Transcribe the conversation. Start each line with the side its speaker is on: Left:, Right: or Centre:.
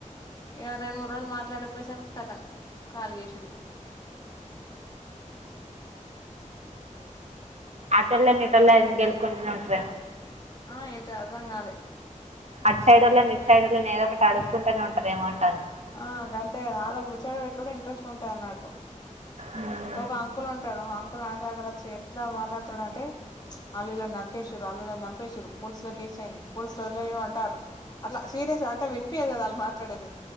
Left: ఇగ రెండు మూడు రోజులు మాట్లాడకపోయె సరికి కతం ఖాళ చేసింది. అ
Right: ఆటల్
Left: మరి
Right: నిటల్ గెల్కొంట న ఉంట్ర
Left: ఆ ఏంటీ అర్ధం కాలే
Right: అటు సైడ్ వొళ్లని ఇటు సైడ్ వొళ్లని ఏదోకటి అడుకుంటనే ఉంటేనే ఏమోంట
Left: ఆ గంతే కదా ఆలు ముచ్చడి పెట్టు కూడా ఇంట్రెస్ట్ ఉంటుది అన్నట్టు
Right: అవును
Left: ఒక అంకుల్ ఉంటాడు అంకుల్ ఆంటి దగ్గర వచ్చి ఎట్లా మాట్లాడతాడు అంటే అల్లిలాని నరికేశారు ఆన్ చంపేసిర్రు పోలీసు లో కేసు అయింది పోలీసులు వదిలేమాంటార్రు అంటారు అలా సీరియస్ గా అంటే వినిపియదు ఆలు మాట్లాడ ఉంటది